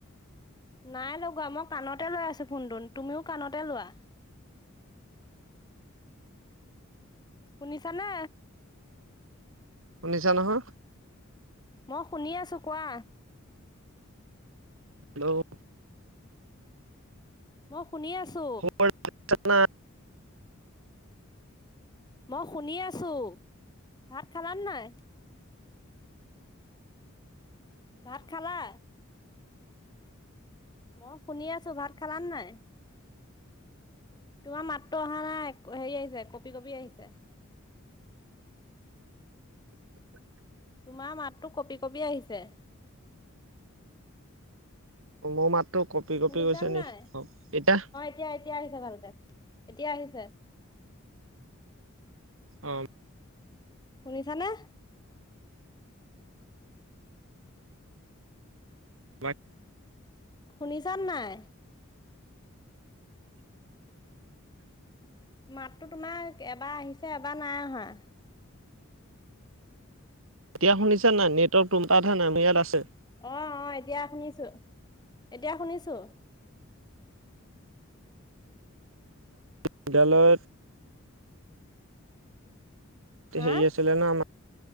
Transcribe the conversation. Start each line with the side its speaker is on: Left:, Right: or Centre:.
Left: নাই লগোৱা, মই কাণতে লৈ আছো ফোনটোন তুমিও কাণতে লোৱা। শুনিছানে?
Right: শুনিছা নহয়?
Left: মই শুনি আছোঁ, কোৱা?
Right: হেল্ল'!
Left: মই শুনি আছো।
Right: <unintelligible>
Left: মই শুনি আছো, ভাত খালানে নাই? ভাত খালা? মই শুনি আছো, ভাত খালানে নাই? তোমাৰ মাতটো অহা নাই, হেৰি আহিছে কপি-কপি আহিছে। তোমাৰ মাততো কপি-কপি আহিছে।
Right: মোৰ মাতটো কঁপি-কঁপি
Left: শুনিছা
Right: গৈছে
Left: নাই
Right: নি? অ', এতিয়া?
Left: <unintelligible> এতিয়া আহিছে ভালকে, এতিয়া আহিছে।
Right: অ'।
Left: শুনিছানে?
Right: হয়।
Left: শুনিছানে নাই? মাতটো তোমাৰ এবাৰ আহিছে, এবাৰ নাই অহা।
Right: এতিয়া শুনিছানে নাই? নেটৱৰ্ক তুমাৰটাতহে নাই, আমাৰ ইয়াত আছে।
Left: অ', অ', এতিয়া শুনিছো, এতিয়া শুনিছো।
Right: বিদ্যালয়ত হেৰি
Left: হা
Right: আছিলে নহয় আমাৰ,